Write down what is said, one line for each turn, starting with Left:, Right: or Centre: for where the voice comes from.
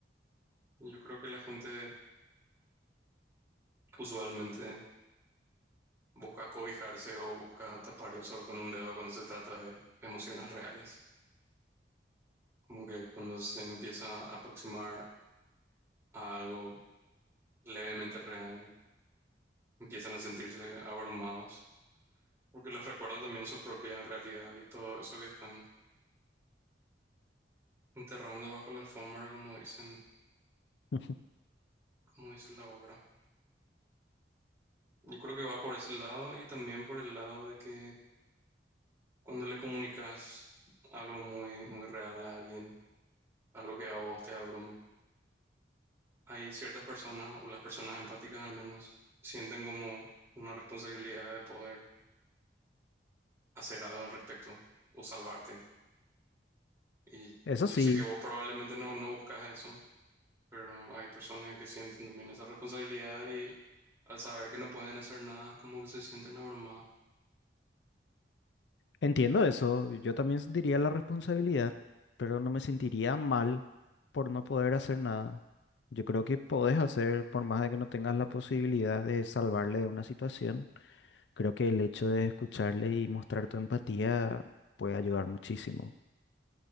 Right: Y Yo creo que la gente usualmente busca cobijarse o busca tapar el sol con un dedo cuando se trata de emociones reales. Como que cuando se empieza a aproximar a algo levemente real, empiezan a sentirse abrumados, porque les recuerda también su propia realidad y todo eso que están enterrando bajo la alfombra, como dicen,
Left: <laughs>
Right: como dice la obra. Yo creo que va por ese lado y también por el lado de que cuando le comunicas algo muy, muy real a alguien, algo que a vos te abruma, hay ciertas personas, o las personas empáticas al menos, sienten como una responsabilidad de poder hacer algo al respecto o salvarte. Y
Left: Eso
Right: yo
Left: sí,
Right: sé que vos probablemente no, no buscas eso, pero hay personas que sienten también esa responsabilidad y al saber que no pueden hacer nada, como que se sienten abrumadas.
Left: entiendo eso, yo también sentiría la responsabilidad, pero no me sentiría mal por no poder hacer nada. Yo creo que podés hacer, por más de que no tengas la posibilidad de salvarle de una situación Creo que el hecho de escucharle y mostrar tu empatía puede ayudar muchísimo.